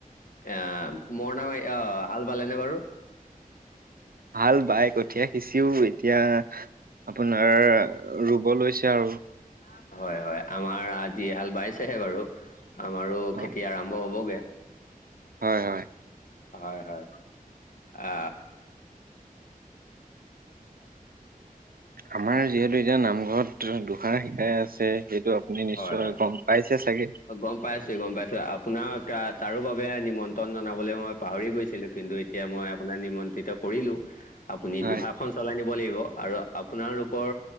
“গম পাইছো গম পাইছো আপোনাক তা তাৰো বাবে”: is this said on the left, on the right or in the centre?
Left